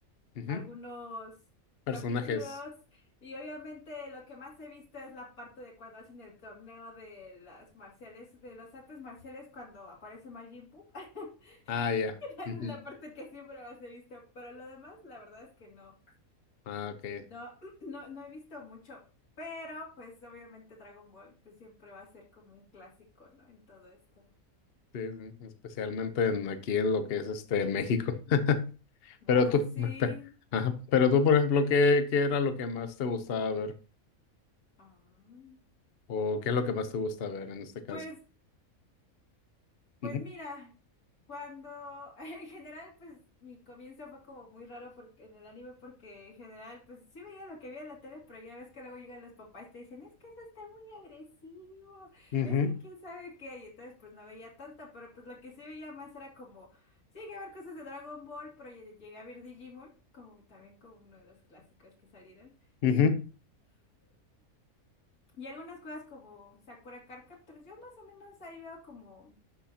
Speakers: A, on the left; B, on the left.
A: Ujú.
B: algunos
A: Personajes.
B: capítulos y obviamente lo que más he visto es la parte de cuando hacen el torneo de las marciales, de los artes marciales cuando aparece Majin Buu. <laughs>
A: Ah, ya.
B: Esa
A: Ujú.
B: es la parte que siempre más he visto, pero lo demás la verdad es que no.
A: Ah, ok.
B: No, <clears throat> no, no he visto mucho, pero pues obviamente Dragon Ball pues siempre va a ser como un clásico, ¿no? En todo esto.
A: Sí, sí, Especialmente en- aquí en lo que es este México. <laughs> Pero
B: Ay,
A: tú,
B: sí.
A: <laughs> ajá. Pero tú, por ejemplo, ¿qué, qué era lo que más te gustaba ver?
B: Ah.
A: ¿O qué es lo que más te gusta ver en este caso?
B: Pues Pues
A: Ujú,
B: mira, cuando <laughs> en general, pues mi comienzo fue como muy raro porque en el anime, porque en general, pues sí veía lo que veía en la tele, pero ya ves que luego llegan los papás y te dicen, es que eso está muy agresivo,
A: ujú,
B: es que quién sabe qué, y entonces pues no veía tanto, pero pues lo que sí veía más era como, sí llegué a ver cosas de Dragon Ball, pero lle- llegué a ver Digimon, como también como uno de los clásicos que salieron,
A: ujú,
B: y algunas cosas como Sakura Card Captors, yo más o menos ahí veo como